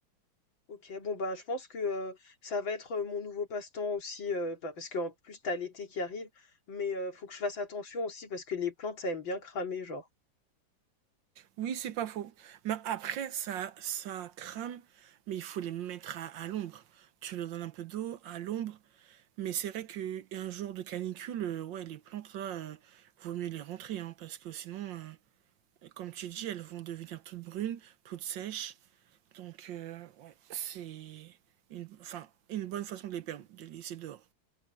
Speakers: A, on the left; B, on the right.
A: Ok, bon ben je pense que euh, ça va être euh, mon nouveau passe-temps aussi, euh, bah, parce qu'en plus t'as l'été qui arrive, mais euh, faut que je fasse attention aussi parce que les plantes ça aime bien cramer, genre.
B: Oui, c'est pas faux. Mais après, ça, ça crame, mais il faut les mettre à, à l'ombre. Tu leur donnes un peu d'eau, à l'ombre. Mais c'est vrai qu'un jour de canicule, euh, ouais, les plantes, là, euh, vaut mieux les rentrer, hein, parce que sinon, euh, comme tu dis, elles vont devenir toutes brunes, toutes sèches. Donc, euh, ouais, c'est une, enfin, une bonne façon de les perdre, de les laisser dehors.